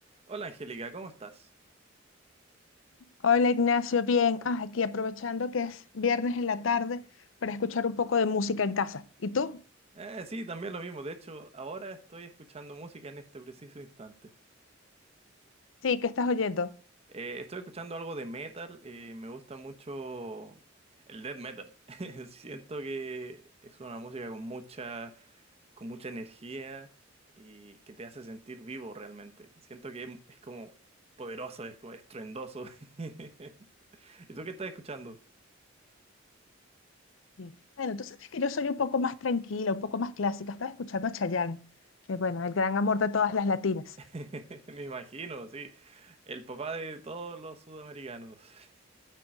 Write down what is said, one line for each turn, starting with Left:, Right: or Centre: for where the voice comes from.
Right: Hola Angélica, ¿cómo estás?
Left: Hola Ignacio, bien. Ah, aquí aprovechando que es viernes en la tarde para escuchar un poco de música en casa. ¿Y tú?
Right: Eh, sí, también lo mismo. De hecho, ahora estoy escuchando música en este preciso instante.
Left: Sí, ¿qué estás oyendo?
Right: Eh, estoy escuchando algo de metal. eh, me gusta mucho el death metal. <laughs> Siento que es una música con mucha, con mucha energía y que te hace sentir vivo realmente. Siento que es, es como poderoso, es como estruendoso. <laughs> ¿Y tú qué estás escuchando?
Left: Sí. Bueno, tú sabes que yo soy un poco más tranquila, un poco más clásica. Estaba escuchando a Chayanne, que bueno, el gran amor de todas las latinas.
Right: <laughs> Me imagino, sí. El papá de todos los sudamericanos. <laughs>